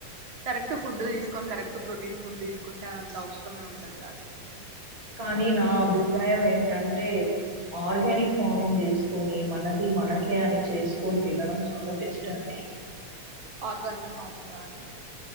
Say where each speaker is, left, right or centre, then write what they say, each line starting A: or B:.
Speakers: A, on the right (about 60°); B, on the right (about 35°).
A: కరెక్ట్ ఫుడ్ తీసుకొని కరెక్ట్ ప్రోటీన్ ఫుడ్ తీసుకుంటే అంత అవసరమే ఉండదు అసల్కి
B: కానీ నా అభిప్రాయం ఏంటంటే ఆర్గానిక్ ఫార్మింగ్ చేసుకొని మనది మనకే అని చేసుకొని తినడం చాలా బెస్ట్ అండి
A: ఆర్గానిక్ ఫార్మింగ్ ఆ అండి